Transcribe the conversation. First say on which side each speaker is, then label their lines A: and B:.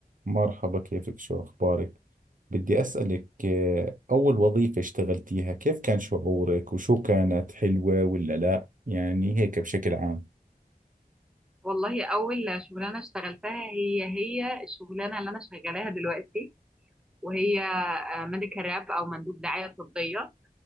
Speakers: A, on the right; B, in the centre.
A: مرحبا كيفك شو أخبارك؟ بدي أسألك آه، أول وظيفة اشتغلتيها كيف كان شعورك وشو كانت حلوة ولا لا؟ يعني هيك بشكل عام
B: والله اول شغلانه اشتغلتها هي هي الشغلانه اللي انا شغالاها دلوقتي وهي ميديكال راب او مندوب دعايه طبيه